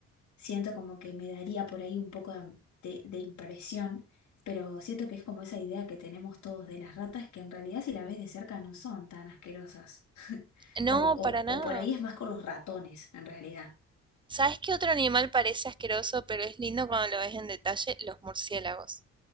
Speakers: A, on the left; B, on the right.
A: siento como que me daría por ahí un poco de, de- de impresión, pero siento que es como esa idea que tenemos todos de las ratas, que en realidad si la ves de cerca no son tan asquerosas.
B: No,
A: O, o,
B: para nada.
A: o por ahí es más con los ratones, en realidad.
B: ¿Sabes qué otro animal parece asqueroso, pero es lindo cuando lo ves en detalle? Los murciélagos.